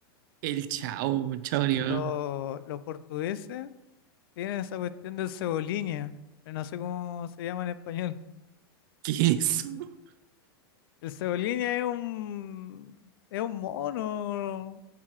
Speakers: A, on the right; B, on the left.
A: El chao,
B: Mm,
A: chao, ni va.
B: lo-
A: <laughs>
B: Los portugueses. Tienen esa cuestión del cebolinha, pero no sé cómo se llama en español.
A: ¿Qué es eso?
B: El cebolinha es un, es un mono